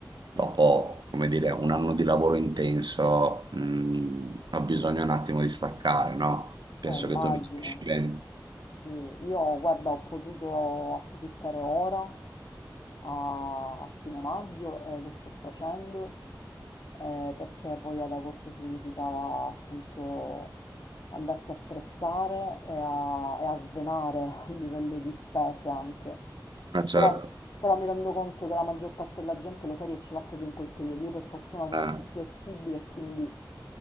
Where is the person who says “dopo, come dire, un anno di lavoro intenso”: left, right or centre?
Right